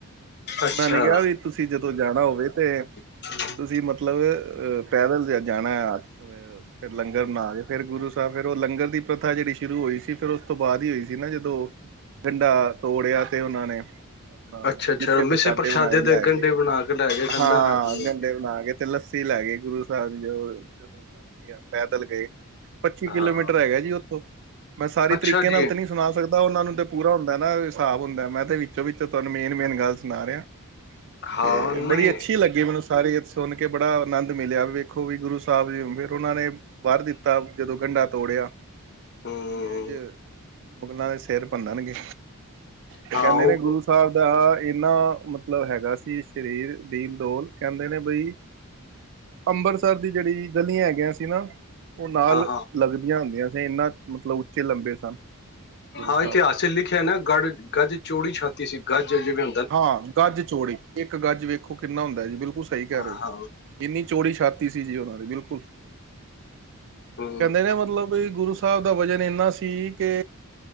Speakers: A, on the left (about 50°); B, on the right (about 55°).
A: ਅੱਛਾ
B: ਉਹਨਾਂ ਨੇ ਕਿਆ ਵੀ ਤੁਸੀਂ ਜਦੋਂ ਜਾਣਾ ਹੋਵੇ ਤੇ
A: <inaudible>
B: ਤੁਸੀਂ ਮਤਲਬ, ਅ ਪੈਦਲ ਜਾਣਾ ਫ਼ਿਰ ਲੰਗਰ ਬਣਾ ਕੇ, ਫੇਰ ਗੁਰੂ ਸਾਹਬ, ਫੇਰ ਉਹ ਲੰਗਰ ਦੀ ਪ੍ਰਥਾ ਜਿਹੜੀ ਸ਼ੁਰੂ ਹੋਈ ਸੀ ਫੇਰ ਉ ਉਸ ਤੋਂ ਬਾਅਦ ਈ ਹੋਈ ਸੀ ਨਾ ਜਦੋਂ, ਗੰਡਾ ਤੋੜਿਆ ਤੇ ਉਹਨਾਂ ਨੇ ਆਪਣਾ
A: ਅੱਛਾ ਅੱਛਾ
B: ਮਿੱਸੇ
A: ਮਿਸੇ
B: ਪ੍ਰਸ਼ਾਦੇ ਬਣਾਏ, ਲੈ
A: ਦੇ
B: ਗਏ,
A: ਗੰਢੇ ਬਣਾ ਕੇ ਲੈ ਗਏ ਸਨ
B: ਹਾਂ
A: ਨਾ ਹਾਂਜੀ ਹਾਂਜੀ
B: ਗੰਡੇ ਬਨਾ ਕੇ ਤੇ ਲੱਸੀ ਲੈ ਗਏ, ਗੁਰੂ ਸਾਹਬ ਜੋ ਜਦੋ ਉਹਨਾਂ ਨੇ ਕਿਆ, ਪੈਦਲ ਗਏ, ਪੱਚੀ ਕਿਲੋਮੀਟਰ
A: ਹਾਂ
B: ਹੈਗਾ ਜੀ ਉਥੋ। ਮੈਂ ਸਾਰੀ
A: ਅੱਛਾ
B: ਤਰੀਕੇ ਨਾਲ
A: ਜੀ
B: ਤੇ ਨੀ ਸੁਣਾ ਸਕਦਾ, ਉਹਨਾਂ ਨੂੰ ਤੇ ਪੂਰਾ ਹੁੰਦਾ ਨਾ ਹਿਸਾਬ ਹੁੰਦਾ, ਮੈ ਤੇ ਵਿਚੋ-ਵਿਚੋ ਤੁਆਨੂੰ ਮੇਨ-ਮੇਨ ਗੱਲ ਸੁਣਾ ਰਿਹਾ।
A: ਹਾਂ
B: ਤੇ
A: ਨਹੀਂ
B: ਬੜੀ ਅੱਛੀ ਲੱਗੀ ਮੈਨੂੰ ਸਾਰੀ ਸੁਣ ਕੇ ਬੜਾ ਆਨੰਦ ਮਿਲਿਆ ਵੀ ਵੇਖੋ ਵੀ ਗੁਰੂ ਸਾਹਿਬ ਜੀ ਫਿਰ ਉਹਨਾਂ ਨੇ ਵਰ ਦਿੱਤਾ ਜਦੋ ਗੰਡਾ ਤੋੜਿਆ।
A: ਹੂੰ
B: ਬਈ ਇੰਝ ਮੁਗਲਾਂ ਦੇ ਸਿਰ ਭੰਨਣਗੇ। ਤੇ
A: ਹਾਂ
B: ਕਹਿੰਦੇ ਨੇ
A: ਉਹ
B: ਗੁਰੂ ਸਾਹਿਬ ਦਾ ਇੰਨਾ ਮਤਲਬ ਹੈਗਾ ਸੀ ਸਰੀਰ ਦੀਨ ਡੋਲ ਕਹਿੰਦੇ ਨੇ ਬਈ, ਅੰਬਰਸਰ ਦੀ ਜਿਹੜੀ ਗਲੀਆਂ ਹੈਗੀਆਂ ਸੀ ਨਾ। ਉਹ ਨਾਲ
A: ਹਾਂ ਹਾਂ
B: ਲੱਗਦੀਆਂ ਹੁੰਦੀਆਂ ਸੀ ਇੰਨਾ ਮਤਲਬ ਉਚੇ ਲੰਬੇ ਸਨ ਗੁਰੂ
A: ਹਾਂ
B: ਸਾਹਿਬ
A: ਇਤਿਹਾਸ ਚ ਲਿਖਿਆ ਐ ਨਾ ਗੜ ਗੱਜ ਚੋੜੀ ਛਾਤੀ ਸੀ ਗੱਜ ਜਿਵੇਂ
B: ਹਾਂ ਗੱਜ ਚੋੜੀ ਇੱਕ ਗੱਜ ਵੇਖੋ ਕਿੰਨਾ ਹੁੰਦਾ ਜੀ ਬਿਲਕੁਲ ਸਹੀ
A: ਹਾਂ
B: ਕਹਿ ਰਹੇ ਹੋ। ਇੰਨੀ ਚੋੜੀ ਛਾਤੀ ਸੀ ਜੀ ਉਹਨਾਂ ਦੀ ਬਿਲਕੁਲ।
A: ਹੂੰ
B: ਕਹਿੰਦੇ ਨੇ ਮਤਲਬ ਵੀ ਗੁਰੂ ਸਾਹਿਬ ਦਾ ਵਜ਼ਨ ਇੰਨਾ ਸੀ। ਕਿ